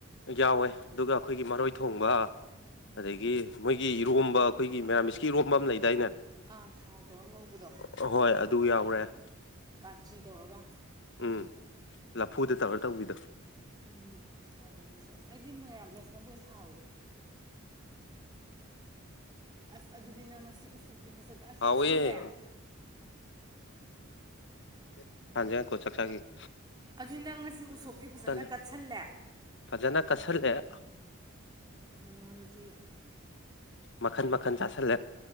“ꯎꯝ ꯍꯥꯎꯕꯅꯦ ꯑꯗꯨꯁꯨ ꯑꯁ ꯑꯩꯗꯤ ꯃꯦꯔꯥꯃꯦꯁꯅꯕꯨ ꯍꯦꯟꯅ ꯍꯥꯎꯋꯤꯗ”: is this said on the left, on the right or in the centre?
Right